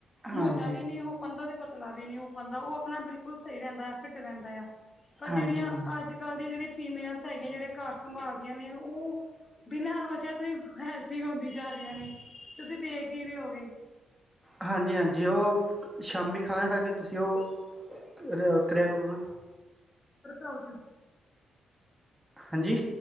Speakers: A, on the right; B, on the left.
A: ਹਾਂਜੀ
B: ਮੋਟਾ ਵੀ ਨਹੀਂੀ ਹੋ ਪਾਉਂਦਾ ਤੇ ਪਤਲਾ ਵੀ ਨਹੀਂੀ ਹੋ ਪਾਉਂਦਾ ਉਹ ਆਪਣਾ ਬਿਲਕੁਲ ਸਹੀ ਰਹਿੰਦਾ। ਫਿੱਟ ਰਹਿੰਦਾ ਆ ਪਰ
A: ਹਾਂਜੀ
B: ਜਿਹੜੀਆਂ ਅੱਜ ਕੱਲ੍ਹ ਦੀ ਜਿਹੜੀ ਫੀਮੇਲਸ ਹੈਗੀਆਂ ਜਿਹੜੇ ਘਰ ਸੰਭਾਲਦੀਆਂ ਨੇ ਉਹ ਬਿਨਾਂ ਜਹਾ ਤੋਂ ਹੈਲਥ ਹੁੰਦੀ ਜਾ ਰਹੀਆਂ ਨੇ ਤੁਸੀਂ ਦੇੇਖ ਹੀ ਰ ਹੋਗੇ
A: ਹਾਂਜੀ ਹਾਂਜੀ ਉਹ ਸ਼ਾਮੀ ਖਾਣਾ ਖਾ ਕੇ ਤੁਸੀਂ ਉਹ ਕਿਇਆ ਕਰੀਣਾ
B: ਅਕਾ ਆਊਟ
A: ਹਾਂਜੀ।